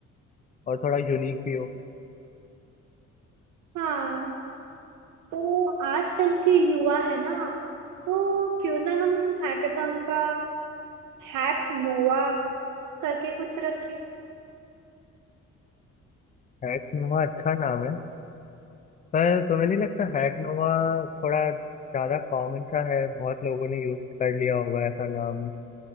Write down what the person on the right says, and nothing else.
हाँ तो आजकल के युवा है ना तो क्यों ना हम हैकेथॉन का हैक नोवा करके कुछ रखें